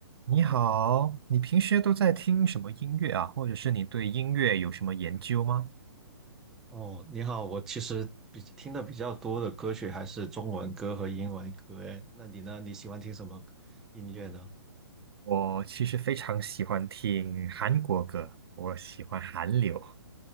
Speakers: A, on the right; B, in the centre.
A: 你好，你平时都在听什么音乐啊？或者是你对音乐有什么研究吗？
B: 哦，你好，我其实比听的比较多的歌曲还是中文歌和英文歌，诶，那你呢？你喜欢听什么音乐呢？
A: 我其实非常喜欢听韩国歌，我喜欢韩流。